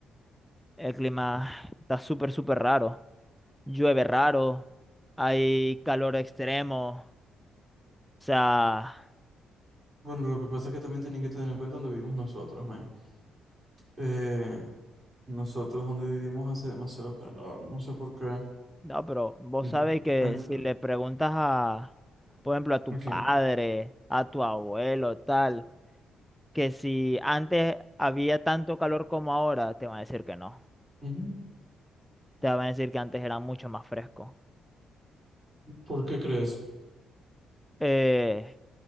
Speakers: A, in the centre; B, on the right.
A: El clima está súper, súper raro. Llueve raro. Hay calor extremo. O sea,
B: Bueno, lo que pasa es que también tenéis que tener en cuenta dónde vivimos nosotros, men. Eh, nosotros donde vivimos hace demasiado calor, no sé por qué.
A: no, pero vos
B: Ento-
A: sabéis que
B: ento-
A: si le preguntas a, por ejemplo, a tu
B: ok.
A: padre, a tu abuelo, tal, que si antes había tanto calor como ahora, te van a decir que no.
B: Ujú.
A: Te van a decir que antes era mucho más fresco.
B: ¿Por qué crees?
A: Eh,